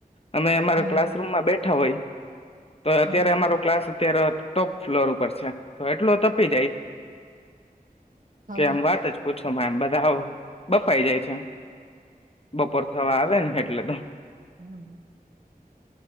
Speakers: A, on the left; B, on the right.
A: અમે અમારા
B: હમ
A: ક્લાસરૂમમાં બેઠા હોય <unintelligible> તો અત્યારે
B: હમ
A: અમારો ક્લાસ અત્યાર ટોપ ફ્લોર ઉપર છે તો એટલો તપી જાય
B: હ હ
A: કે એમ વાત જ પૂછો મા બધા હો બફાઈ જાય છે બપોર થવા આવે એટ એટલે તો
B: હમ્મ